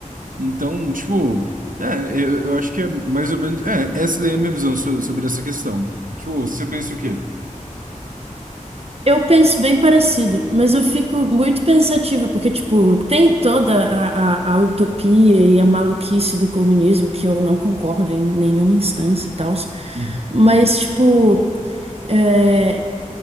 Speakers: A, on the right; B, on the right.
A: Então, tipo, é, eu, eu acho que é mais ou menos. É, essa daí é a minha visão so- sobre essa questão. Tipo, você pensa o quê?
B: Eu penso bem parecido, mas eu fico muito pensativa, porque, tipo, tem toda a, a, a utopia e a maluquice do comunismo, que eu não concordo em nenhuma instância e tal,
A: Uhum.
B: mas, tipo, é,